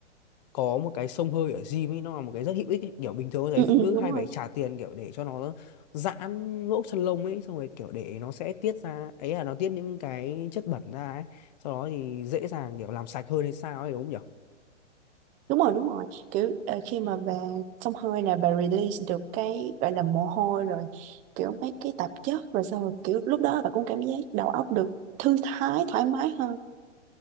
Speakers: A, on the left; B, on the right.
A: có một cái xông hơi ở gym ấy nó là một cái rất hữu ích ấy. kiểu bình thường tôi thấy
B: ừ,
A: phụ
B: ừ,
A: nữ
B: đúng
A: hay
B: rồi
A: phải trả tiền kiểu để cho nó giãn lỗ chân lông ấy xong rồi kiểu để nó sẽ tiết ra ấy là nó tiết những cái chất bẩn ra ấy sau đó thì dễ dàng kiểu làm sạch hơn hay sao ấy đúng không nhỉ
B: Đúng rồi đúng rồi Kiểu ờ, khi mà bà xông hơi nè Bà release được cái gọi là mồ hôi rồi Kiểu mấy cái tạp chất Rồi xong rồi kiểu lúc đó bà cũng cảm giác đầu óc được thư thái thoải mái hơn